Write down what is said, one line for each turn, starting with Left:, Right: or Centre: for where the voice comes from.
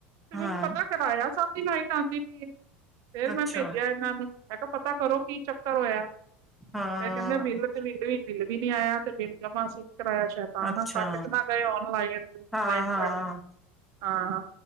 Right: ਫੇਰ
Centre: ਹਾਂ
Right: ਮੈਂ ਪਤਾ ਕਰਾਇਆ ਸਭ ਦੀ ਲਾਈਟ ਆਂਦੀ ਪੀ ਏ ਫੇਰ
Centre: ਅੱਛਾ
Right: ਮੈਂ ਭੇਜਿਆ ਏਨਾਂ ਨੂੰ ਮੈਂ ਕੇਆ ਪਤਾ ਕਰੋ ਕੀ ਚੱਕਰ ਹੋਇਆ,
Centre: ਹਾਂ
Right: ਫੇਰ ਕੈਂਦੇ ਬਿੱਲ ਤੇ ਬਿੱਲ ਵੀ, ਬਿੱਲ ਵੀ ਨੀ ਆਇਆ ਤੇ ਬਿੱਲ ਜਮਾ ਸੀ ਕਰਾਇਆ ਸੈਤਾਨ
Centre: ਅੱਛਾ
Right: ਕੱਟ ਨਾ ਗਏ ਹੋਣ ਔਨ ਲਾਈਨ
Centre: ਹਾਂ
Right: ਲਾਈਟ
Centre: ਹਾਂ
Right: ਕੱਟ, ਹਾਂ